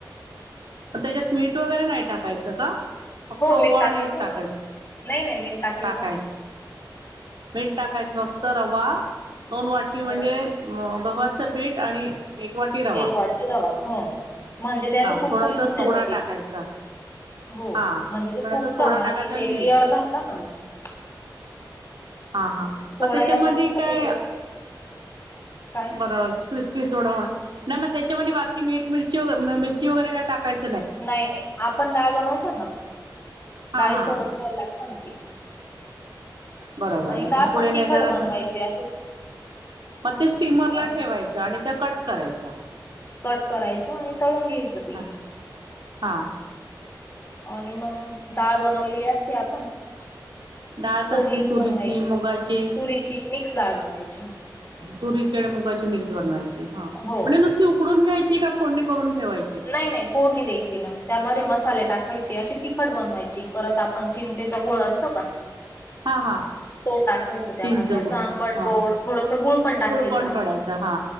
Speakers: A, on the right; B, on the left.
A: त्याच्यात मीठ वगैरे नाही टाकायचं का? फक्त
B: हो
A: ओवा
B: मीठ
A: आणि टाकायचं,
B: ना नाही नाही मीठ
A: टाकायचं,
B: ना
A: मीठ टाकायचं फक्त रवा दोन वाटी म्हणजे
B: तर
A: गव्हाचं पीठ आणि एक वाटी रवा
B: एक वाटी रवा हो म्हणजे ते असं
A: हा
B: कुरकुरीत
A: थोडासा
B: होेण्यासाठी
A: सोडा टाकायचा
B: हो
A: हा
B: म्हणजे ते
A: थोडासा
B: फुकता
A: सोडा टाकायचा
B: आणि ते
A: मीठ
B: िअर धरतात ना मग
A: हा हा
B: सोडा
A: मग त्याच्यामध्ये
B: यासाठी का
A: काय
B: ते लेअर काय
A: बर. क्रिस्पी थोडा हो नाही मग त्याच्यामध्ये बाकी मीठ मिरची मिरची वगैरे काय टाकायच?
B: नाही नाही आपण डाळ बनवतो ना
A: हा
B: डाळी
A: हा
B: सोबत खायला लागत ना ती,
A: बरोबर आहे
B: डाळ
A: मग पुढे
B: पण तिखट
A: काय करायचं
B: बनवायची असं
A: मग ते स्टीमरला
B: अ
A: ठेवायचं आणि कट करायच्या.
B: कट करायचं आणि तळून घ्यायचं ते.
A: हा हा.
B: आणि मग डाळ बनवलेली असते आपण.
A: डाळ
B: फोडणीची
A: कसली तुरीची
B: बनवायची
A: मुगाची
B: तुरीची मिक्स डाळ बनवायची.
A: तुरीची आणि मुगाची मिक्स बनवायची हा
B: हो
A: म्हणजे नुसत ती उकडून घ्यायची का फोडणी करून ठेवायची.
B: नाही नाही फोडणी द्यायची ना त्यामध्ये मसाले टाकायचे अशी तिखट बनवायची परत... पण चिंचेचा गोळ असतो का?
A: हा हा.
B: तो टाकायचा त्यामध्ये
A: चिंच गुळ
B: असं आंबट
A: हा
B: गोड थोडस गुळ पण टाकायचा.
A: पण थोडासा हा